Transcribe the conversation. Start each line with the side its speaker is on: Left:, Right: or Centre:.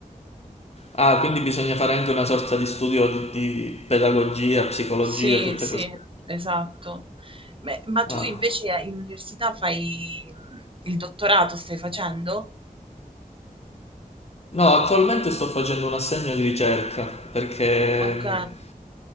Left: Ah, quindi bisogna fare anche una sorta di studio di, di pedagogia, psicologia,
Right: Sì,
Left: tutte
Right: sì,
Left: queste.
Right: esatto. Beh, ma tu
Left: Ah.
Right: invece in università fai mh, il dottorato, stai facendo?
Left: No, attualmente sto facendo un assegno di ricerca perché
Right: Ok,